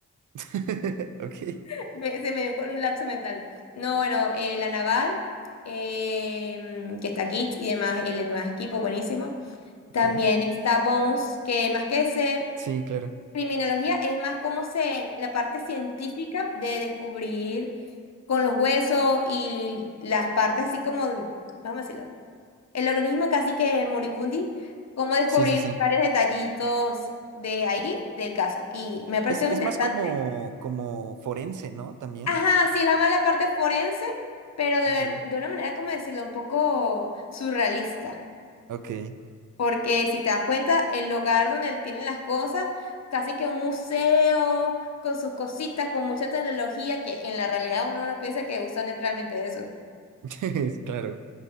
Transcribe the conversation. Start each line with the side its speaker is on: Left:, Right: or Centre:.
Right: <laughs> Ok,
Left: <laughs> me- se me dio un lapso mental. No, bueno, eh, La Naval, eh, mm, que está Git y demás, el demás equipo, buenísimo.
Right: ok.
Left: También está Bones, que más que ser
Right: Sí, claro.
Left: Criminología es más como se, la parte científica de descubrir con los huesos y las partes así como, vamos a decirlo, el organismo casi que moribundi, cómo descubrir
Right: Sí, sí, sí.
Left: varios detallitos de ahí, del caso. Y me ha parecido
Right: Es, es
Left: interesante.
Right: más como, como forense, ¿no? También.
Left: Ajá, sí, la mala parte forense, pero de,
Right: Ok.
Left: de una manera, como decirlo, un poco surrealista.
Right: Ok.
Left: Porque si te das cuenta, el lugar donde él tiene las cosas, casi que un museo con sus cositas, con mucha tecnología, que en la realidad uno no piensa que usan realmente eso.
Right: <laughs> Claro.